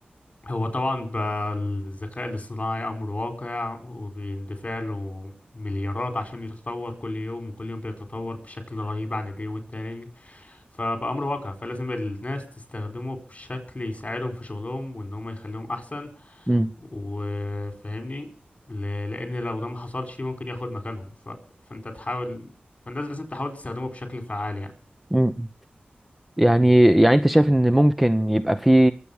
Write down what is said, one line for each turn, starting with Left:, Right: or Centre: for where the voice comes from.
Left: هو طبعا بقى الذكاء الاصطناعي أمر واقع وبيندفع له مليارات عشان يتطور كل يوم وكل يوم بيتطور بشكل رهيب عن اليوم التاني فبقى أمر واقع فلازم الناس تستخدمه بشكل يساعدهم في شغلهم وإن هم يخليهم أحسن
Centre: مم.
Left: وفاهمني ل- لأن لو ده ما حصلش ممكن ياخد مكانهم ف... فأنت تحاول فالناس لازم تحاول تستخدمه بشكل فعال يعني
Centre: مم. يعني يعني انت شايف ان ممكن يبقى في